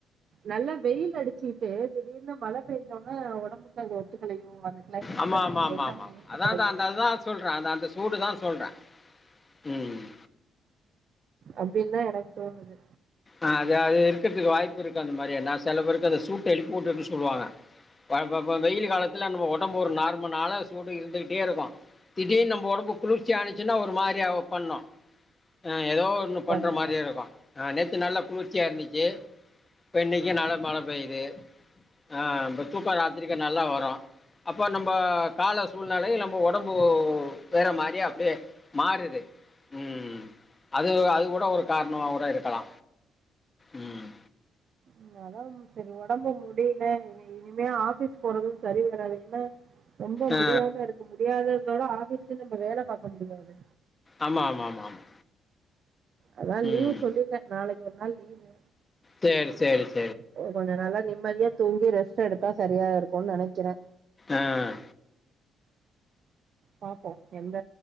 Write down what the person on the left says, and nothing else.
ஆமா
ஆமா
ஆமா
ஆமா
அதான்தா அந்த அதுதா சொல்ற அந்த அந்த சூடுதா சொல்ற உம்
ஆஹ் அது அது இருக்கற்துக்கு வாய்ப்பு இருக்கு அந்த மாரி என்னாஸ் செல பேருக்கு அந்த சூட்டு எழுப்பி உட்டு அப்டி சொல்வாங்க பா பபோ வெயில் காலத்தில நம்ம ஒடம்பு ஒரு நார்மு நாள சூடு இருந்துகிட்டே இருக்கு திடீர்னு நம்பு ஒடம்பு குளிர்ச்சி ஆணுச்சின்னா ஒரு மாரியாவோ பண்ணு அஹ் எதோ ஒன்னு பண்ற
மாரியே இருக்கு அஹ் நெக் து நல்லா குளிர்ச்சியா இருந்துச்சு இப்ப இன்னைக்கு நாள மழ பெய்து ஆஹ் இப்ப தூக்கோ ராத்திரிக நல்லா வரு அப்போ நம்போ கால சூழ்நலை நம்பு ஒடம்பு வேற மாரியே அப்டியே மாறுது உம் அது அது கூட ஒரு கார்ணோ கூட இருக்கலா உம்
ஆ
ஆமா ஆமா ஆமா ஆமா
ம்
சேரி சேரிச்
ஆஹ்